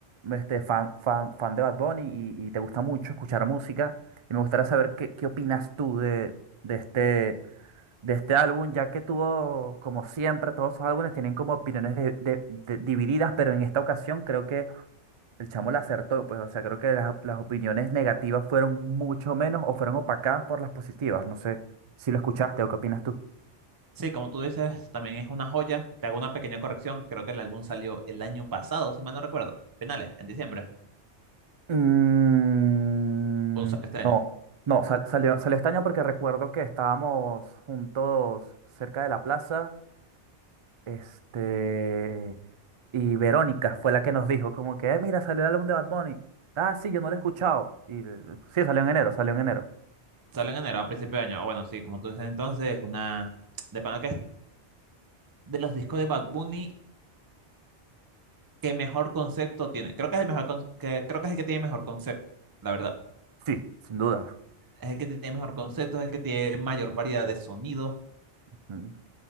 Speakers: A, on the right (about 50°); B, on the right (about 20°).
A: este, fan, fan, fan de Bad Bunny y, y te gusta mucho escuchar música. Y me gustaría saber qué, qué opinas tú de, de este. de este álbum, ya que tuvo, como siempre, todos sus álbumes tienen como opiniones de- de- de- divididas, pero en esta ocasión creo que el chamo la acertó, pues, o sea, creo que las, las opiniones negativas fueron mucho menos o fueron opacadas por las positivas, no sé si lo escuchaste o qué opinas tú.
B: Sí, como tú dices, también es una joya. Te hago una pequeña corrección. Creo que el álbum salió el año pasado, si mal no recuerdo. A Finales, en diciembre.
A: Mm,
B: O sale este año.
A: no, no, sal- salió, salió este año porque recuerdo que estábamos juntos cerca de la plaza Este, y Verónica fue la que nos dijo como que, "Eh, mira, salió el álbum de Bad Bunny. Ah, sí, yo no lo he escuchado. Y eh, sí, salió en enero, salió en enero.
B: Sale en enero, a principio de año. Ah, bueno, sí, como tú dices entonces, una... De pana que es de los discos de Bad Bunny, ¿qué mejor concepto tiene? Creo que es el mejor con- que... Creo que es el que tiene mejor concepto, la verdad.
A: Sí, sin duda.
B: Es el que tiene mejor concepto, es el que tiene mayor variedad de sonidos
A: Ujú.